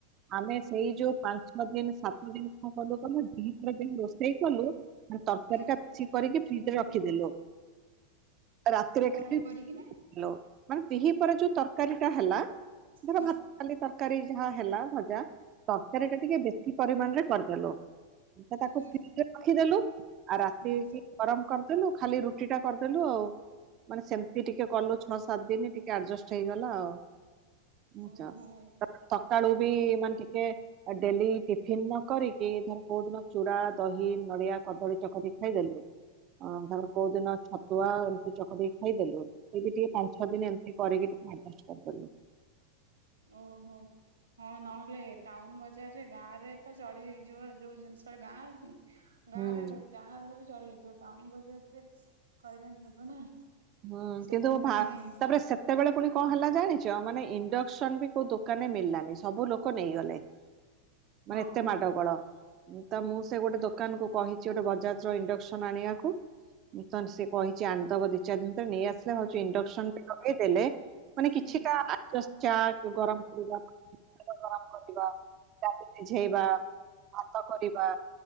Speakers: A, on the right (about 35°); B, on the right (about 70°).
A: ଆମେ ସେଇ ଯୋଉ ପାଞ୍ଚ ଛଅ ଦିନ ସାତି ଦିନ କଣ କଲୁ କହିଲ ଦି ଚାରି ଦିନ ରୋଷେଇ କଲୁ ତରକାରୀ
B: ହୁଁ।
A: ଟା କିଛ କରିକି ଫ୍ରିଜ ରେ ରଖିଦେଲୁ ରାତିରେ
B: ଓ କଣ
A: ଖାଲି ହଲୋ
B: କରିକି ନା
A: ମାନେ ଦିହି ପରେ ଯୋଉ ତରକାରୀ ଟା ହେଲା ଧର
B: ହୁଁ
A: ଭାତ ଡାଲି ତରକାର ତରକାରୀ ଯାହା ହେଲା ଭଜା ତରକାରୀ ଟା ଟିକେ ବେଶୀ ପରିମାଣ ରେ କରିଦେଲୁ। ତାକୁ
B: ହୁଁ
A: ଫ୍ରିଜରେ ରଖିଦେଲୁ ଆଉ ରାତିକି
B: ହୁଁ
A: ଗରମ କରିଦେଲୁ ଖାଲି ରୁଟି ଟା କରିଦେଲୁ ଆଉ। ମାନେ ସେମିତି ଟିକେ କଲୁ ଛଅ ସାତ ଦିନ ଟିକେ ଆଡଜଷ୍ଟ ହେଇଗଲା ଆଉ। <unintelligible>
B: ଓହୋ।
A: ସକାଳୁ ବି ମାନେ ଟିକେ ଆ ଡେଲି ଟିଫିନ୍ ନ କରିକି ଧର କୋଉ ଦିନ ଚୂଡ଼ା, ଦହି, ନଡ଼ିଆ କଦଳୀ ଚକଟି ଖାଇଦେଲୁ। ଅ ଧର କୋଉଦିନ ଛତୁଆ ଏମିତି ଚକଟି ଖାଇଦେଲୁ। ସେଇଟା ଟିକେ ପାଞ୍ଚ ଛଅ ଦିନ ଏମିତି କରିକିି ଟିକେ ମ୍ୟାନେଜ୍ କରିଦେଲୁ।
B: ଓହୋ। ହଁ ନହେଲେ ଟାଉନ ବଜାରରେ ଗାଁ ରେ ତ ଚଳି ହେଇଯିବ ଯୋଉ ଜିନିଷ ଗାଁ <unintelligible>
A: ହୁଁ
B: ଗାଁ ରେ ଓ ଯାହା ହେଲେ ବି ଚଳି ହେଇଯିବ ଟାଉନ ବଜାରରେ ହଇରାଣ ହବ ନା।
A: ହୁଁ
B: ସେଥିପାଇଁ
A: କିନ୍ତୁ ଭା ତାପରେ ସେତେବେଳେ ପୁଣି କଣ ହେଲା ଜାଣିଛ୍ ତ ମାନେ ଇଣ୍ଡକ୍ସନ ବି କୋଉ ଦୋକାନରେ ମିଳିଲାନି ସବୁ ଲୋକ ନେଇଗଲେ।
B: ହଁ
A: ମାନେ ଏତେ ମାଡ ଗୋଳ। ତ ମୁଁ ସେ ଗୋଟେ ଦୋକାନକୁୁ କହିଛି ଗୋଟେ ବଜାଜ ର ଇଣ୍ଡକ୍ସନ ଆଣିବାକୁ। ଉଁ ତନ୍ ସେ କହିଛି ଆଣିଦବ <unintelligible> ଯଦି ତ ନେଇ ଆସିଲା ହଉଚି ଇଣ୍ଡକ୍ସନ୍ ଟା ଲଗେଇଦେଲେ ମାନେ
B: ହୁଁ
A: କିଛିଟା ଜସ୍ ଚା ଗରମ କରିବା ପାଣି ଟାକୁ ଗରମ କରି ପିଇବା <unintelligible> ସିଝେଇବା। ଭାତ କରିବା।